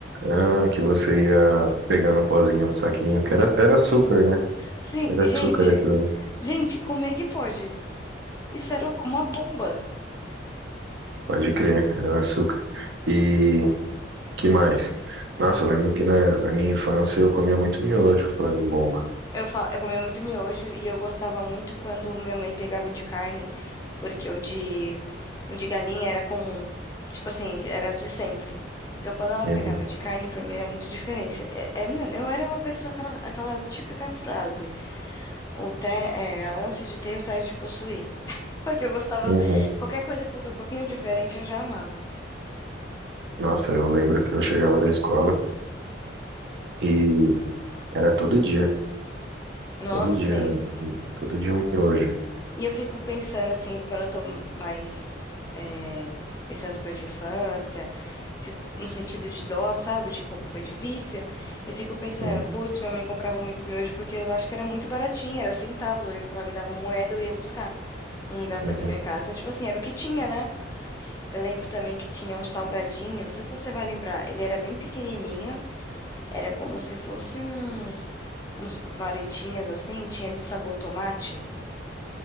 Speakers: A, on the right; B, on the left.
A: Ah, que você ia pegando o pozinho no saquinho, que era, era açúcar, né?
B: Sim,
A: Era
B: gente,
A: açúcar aquilo,
B: gente, como é que pode? Isso era uma bomba.
A: pode crer, era açúcar. E que mais? Nossa, eu lembro que na, na minha infância eu comia muito miojo, falando em bomba.
B: Eu, fa- eu comia muito miojo e eu gostava muito quando minha mãe pegava o de carne, porque o de, o de galinha era comum. Tipo assim, era de sempre. Então, quando ela
A: Uhum,
B: pegava o de carne, pra mim era muito diferença. É- é, mano, eu era uma pessoa, aquela, aquela típica frase: o te, é, a ânsia de ter e o tédio de possuir. <laughs> Porque eu gostava,
A: uhum.
B: qualquer coisa que fosse um pouquinho diferente, eu já amava.
A: Nossa, eu lembro que eu chegava da escola e era todo dia,
B: Nossa,
A: todo dia,
B: assim.
A: todo dia um miojo.
B: E eu fico pensando assim, quando eu tô mais eh, pensando nas coisas de infância, fico no sentido de dó, sabe? De como foi difícil. Eu fico pensando,
A: Uhum,
B: putz, minha mãe comprava muito miojo porque eu acho que era muito baratinho, era centavos. Eu lembro que ela me dava moeda e eu ia buscar num lugar perto
A: uhum.
B: da minha casa. Então, tipo assim, era o que tinha, né? Eu lembro também que tinha um salgadinho, não sei se você vai lembrar, ele era bem pequenininho, era como se fosse uns, uns varetinhas assim, tinha de sabor tomate,